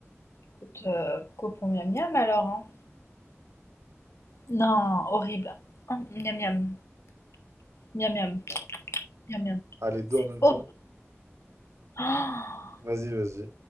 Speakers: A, on the left; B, on the right.
A: Écoute, euh, copons miam miam alors, hein. Non, horrible. Hein, miam miam, miam miam,
B: Bon.
A: miam miam.
B: Ah, les deux
A: C'est
B: en même
A: horrible.
B: temps?
A: Oh
B: Vas-y, vas-y.